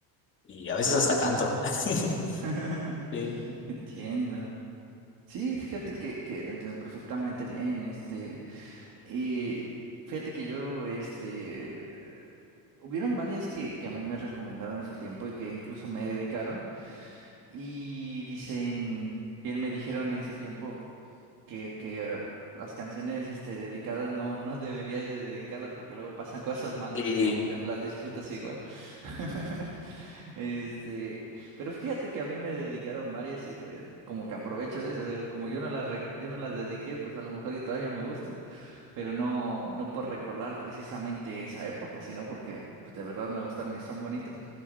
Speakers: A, on the left; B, on the right.
A: Y a veces hasta
B: Sí,
A: canto.
B: sí, sí.
A: <laughs>
B: <laughs>
A: Sí.
B: entiendo. Sí, fíjate que, que lo entiendo perfectamente bien. Este, Y fíjate que yo, este, eh, hubieron varias que, que a mí me recomendaron en su tiempo y que incluso me dedicaron. Y dicen, bien me dijeron en su tiempo que, que eh, las canciones, este, dedicadas no, no deberías de dedicarlas porque luego pasan cosas malas
A: Y
B: y pues ya no las disfrutas igual. <laughs> Este, pero fíjate que a mí me dedicaron varias y pues como que aprovecho de eso. digo, Como yo no las, re- yo no las dediqué, pues a lo mejor y todavía me gustan pero no, no por recordar precisamente esa época, sino porque pues, de verdad me gustaron y son bonitas.